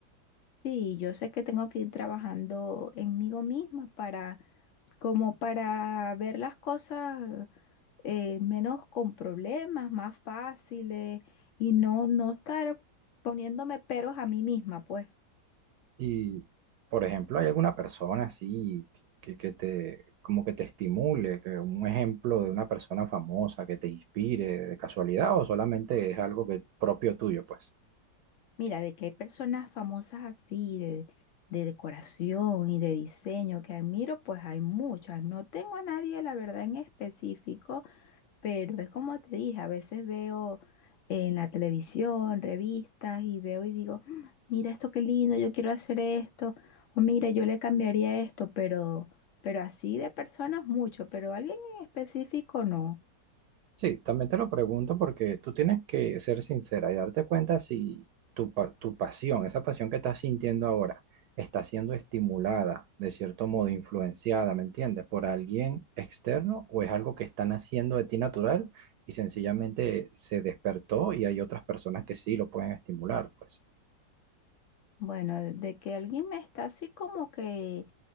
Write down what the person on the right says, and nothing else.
Y, por ejemplo, hay alguna persona así que, que que te, como que te estimule, que un ejemplo de una persona famosa que te inspire de casualidad o solamente es algo que propio tuyo, pues.
Sí, también te lo pregunto porque tú tienes que ser sincera y darte cuenta si tu, pa- tu pasión, esa pasión que estás sintiendo ahora, está siendo estimulada, de cierto modo influenciada, ¿me entiendes? Por alguien externo o es algo que están haciendo de ti natural y sencillamente se despertó y hay otras personas que sí lo pueden estimular, pues.